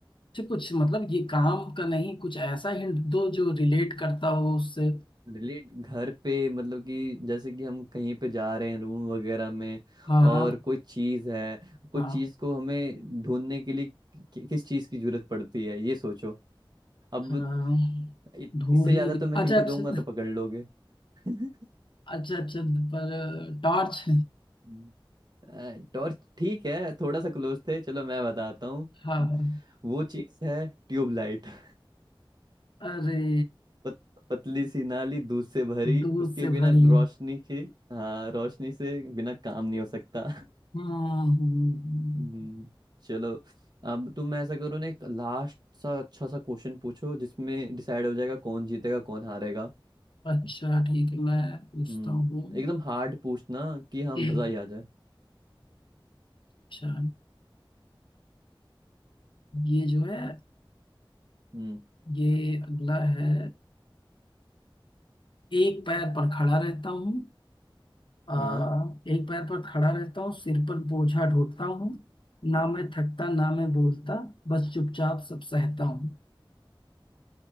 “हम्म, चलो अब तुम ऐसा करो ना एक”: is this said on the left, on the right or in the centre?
Right